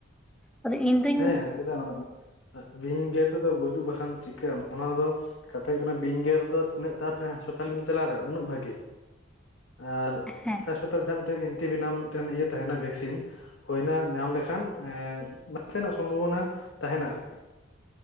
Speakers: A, in the centre; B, on the left (about 65°).
A: ᱟᱫᱚ ᱤᱱᱫᱧ
B: ᱦᱮᱸ ᱪᱮᱫᱟᱜ ᱵᱟᱸᱜ-ᱟ ᱵᱤᱧ ᱜᱮᱨ ᱛᱮᱫᱚ ᱜᱩᱡᱩᱜ ᱵᱟᱠᱷᱟᱱ ᱪᱤᱠᱟᱹᱜ ᱟᱢ ᱚᱱᱟ ᱫᱚ ᱠᱟᱛᱷᱟ ᱦᱩᱭᱩᱜ ᱠᱟᱱᱟ ᱵᱤᱧᱜᱮᱨ ᱫᱚ ᱛᱤᱱᱟᱹᱜ ᱛᱟᱲᱛᱤ ᱦᱟᱥᱯᱟᱛᱟᱞ ᱵᱤᱱ ᱪᱟᱞᱟᱣ ᱫᱟᱲᱮᱭᱟᱜᱼᱟ ᱩᱱᱟᱹᱜ ᱵᱷᱟᱜᱤ ᱟᱨ
A: ᱦᱮᱸ
B: ᱦᱟᱸᱥᱯᱟᱛᱟᱞ ᱡᱟᱦᱟᱸ ᱢᱤᱫᱴᱮᱱ ᱛᱤ ᱵᱮᱱᱟᱢ ᱢᱤᱫᱴᱮᱱ ᱤᱭᱟᱹ ᱛᱟᱦᱮᱱᱟ ᱵᱷᱮᱠᱥᱤᱱ ᱦᱩᱭᱱᱟ ᱧᱟᱢ ᱞᱮᱠᱷᱟᱱ ᱮᱱᱠᱟ-ᱱᱟ ᱥᱚᱢᱵᱷᱚᱵᱚᱱᱟ ᱛᱟᱦᱮᱱᱟ ᱟᱨᱠᱤ